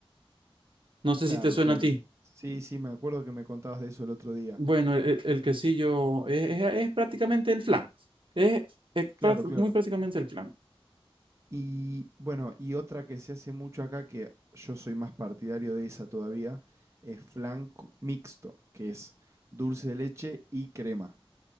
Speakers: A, on the right; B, on the right.
A: No sé
B: Claro,
A: si te suena
B: claro.
A: a ti.
B: Sí, sí, me acuerdo que me contabas de eso el otro día.
A: Bueno, el, el- el quesillo es, es- es prácticamente el flan. Es, es
B: Claro,
A: prá-
B: claro.
A: muy prácticamente el flan.
B: Y bueno, y otra que se hace mucho acá, que yo soy más partidario de esa todavía, es flan co- mixto, que es dulce de leche y crema.